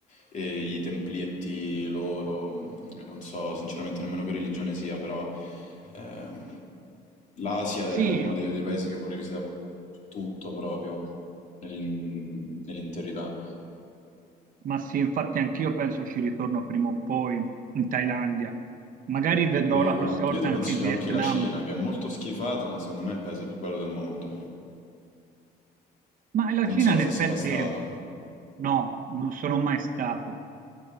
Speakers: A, on the left; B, on the right.
A: eh, i templietti loro, mh, non so sinceramente nemmeno che religione sia, però ehm, l'Asia è
B: Sì,
A: uno dei, dei paesi che vorrei visitare tutto proprio, nell'in- nell'interità.
B: Ma sì, infatti anch'io penso ci ritorno prima o poi in Thailandia. Magari vedrò
A: E
B: la
A: guarda,
B: prossima
A: io
B: volta
A: ti consiglio
B: anche il Vietnam.
A: anche la Cina, che è molto schifata, ma secondo me è il paese più bello del mondo.
B: Ma la
A: Non
B: Cina
A: so
B: in
A: se
B: effetti
A: sei mai stato.
B: no, non sono mai stato.